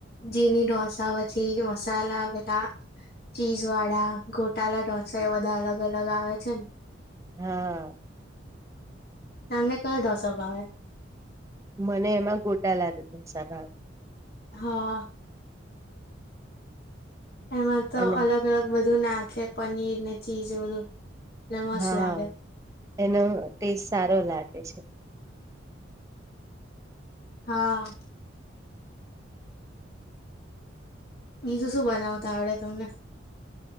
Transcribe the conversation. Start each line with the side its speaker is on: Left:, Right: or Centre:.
Left: જીની ઢોસા પછી મસાલા આવેલા ચીઝવાડા ઘોટાલાા ઢોસા એ બધા અલગ અલગ આવે છે ને
Right: હા
Left: એમને કયો દ સ્ભાવ
Right: મને એમાં ગોટા લદેસા ભાવ
Left: હા એમાં તો
Right: અને
Left: અલગ અલગ બધા બધું નાખે પનીર ને ચીજ બધું એટલે મસ્ત
Right: હા
Left: લાગે
Right: એનો ટેસ્ટ સારો લાગે છે
Left: હા બીજું શું બનાવતા આવડે તમને